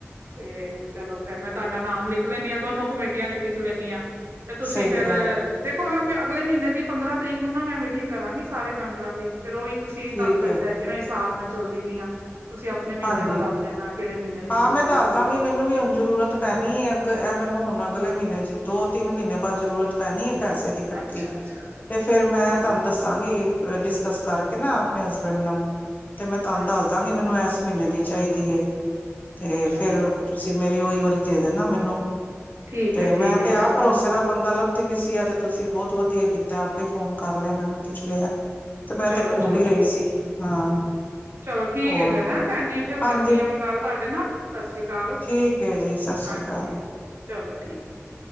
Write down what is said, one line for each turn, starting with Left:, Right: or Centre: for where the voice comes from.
Right: ਤੇ ਚਲੋ ਫੇਰ ਮੈਂ ਤੁਹਾਡਾ ਨਾਮ ਲਿਖ ਲੈਣੀਦੀ ਆਾਂ ਦੋਨੋ ਕਮੇਟੀਆਂ ਚ ਲਿਖ ਲੈਂਦੀ ਆ ਤੇ ਤੁਸੀ
Left: ਸਹੀ
Right: ਫੇਰ
Left: ਕਹਿ
Right: ਦੇਖੋ ਹ ਅਗਲੇ ਮਹੀਨੇ ਦੀ ਪੰਦਰਾਂ ਤਰੀਕ ਨੂੰ ਨਾ ਮੈਂ ਮੀਟਿੰਗ ਕਰਾਂਗੀ ਸਾਰੇ ਮੈਂਬਰਾਂ ਦੀ ਫੇਰ ਉਹੀ ਤੁਸੀਂ ਤੁਹਾਨੂ
Left: ਠੀਕ
Right: ਮੇ ਦੱਸਿਆ
Left: ਹੈ
Right: ਜਿਵੇਂ ਹਿਸਾਬ ਨਾਲ ਚੱਲਦੀ ਪਈ ਆ ਤੁਸੀਂ ਆਪਣੇ ਮੀਨੇ
Left: ਹਾਂਜੀ
Right: ਦਾ ਦੱਸ ਦੇਨਾ ਕਿਹੜੇ ਮੀਨੇ ਤੁਸੀਂ
Left: ਹਾਂ ਮੈਂ
Right: ਚਾਈ
Left: ਦੱਸ
Right: ਦੀ
Left: ਦਾਂਗੀ
Right: ਏ
Left: ਮੈਨੂੰ ਵੀ ਹੁਣ ਜ਼ਰੂਰਤ ਪੈਣੀ ਏ ਅੱਗ ਇਹ ਮੈਨੂੰ ਹੁਣ ਅਗਲੇ ਮਹੀਨੇ ਚ ਦੋ ਤਿੰਨ ਮਹੀਨੇ ਬਾਅਦ ਜ਼ਰੂਰਤ ਪੈਣੀ ਏ ਪੈਸੇ ਇਕੱਠੀ
Right: ਅੱਛਾ ਅੱਛਾ
Left: ਤੇ ਫੇਰ ਮੈਂ
Right: ਹਾਂ
Left: ਤੁਹਾਨੂੰ ਦੱਸਾਂਗੀ ਡਿਸਕਸ ਕਰਕੇ ਨਾ ਆਪਣੇ ਹਸਬੈਂਡ ਨਾਲ ਤੇ ਮੈਂ ਤੁਹਾਨੂੰ
Right: ਹਾਂਜੀ
Left: ਦਸਦਾਂਗੀ ਮੈਨੂੰ ਇਸ ਮਹੀਨੇ ਦੀ ਚਾਹੀਦੀ ਹੈ ਤੇ
Right: ਚਲੋ
Left: ਫਿਰ ਤੁਸੀਂ ਮੇਰੀ ਉਹੀ ਵਾਲੀ ਦੇ ਦੇ ਨਾ ਮੈਨੂੰ
Right: ਠੀਕ
Left: ਤੇ
Right: ਹੈ
Left: ਮੈਂ
Right: ਠੀਕ ਹੈ
Left: ਤੇ
Right: ਫਿਰ
Left: ਆਪ ਭਰੋਸੇ ਦਾ ਬੰਦਾ ਲੱਭ ਵੀ ਸੀ ਆ ਤੇ ਤੁਸੀਂ ਬਹੁਤ ਵਧੀਆ ਕੀਤਾ ਆਪੇ ਹੀ ਫੋਨ ਕਰ ਲਿਆ ਮੈਨੂੰ ਪੁੱਛ ਲਿਆ ਤੇ ਮੈਂ
Right: ਚਲੋ-ਚਲੋ
Left: ਤੇ ਢੂੰਡ ਹੀ ਰਹੀ ਸੀ ਹਾਂ
Right: ਚਲੋ ਠੀਕ
Left: ਹੋਰ
Right: ਹੈ ਫੇਰ, ਹੈਂ ਭੈਣਜੀ ਫੇਰ
Left: ਹਾਂਜੀ
Right: ਕਰਨੀ ਆ ਮੈਂ ਕਾਲ ਤੁਹਾਡੇ ਨਾਲ ਸਤਿ ਸ਼੍ਰੀ ਅਕਾਲ
Left: ਠੀਕ ਹੈ ਜੀ ਸਤਿ
Right: ਹਾਂਜੀ
Left: ਸ੍ਰੀ ਅਕਾਲ
Right: ਚਲੋ ਠੀਕ ਏ